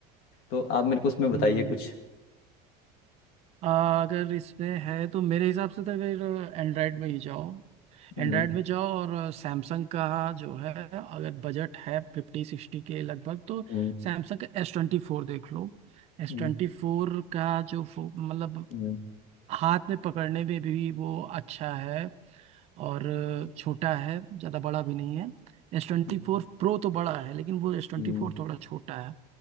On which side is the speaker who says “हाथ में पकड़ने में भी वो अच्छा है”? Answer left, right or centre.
Right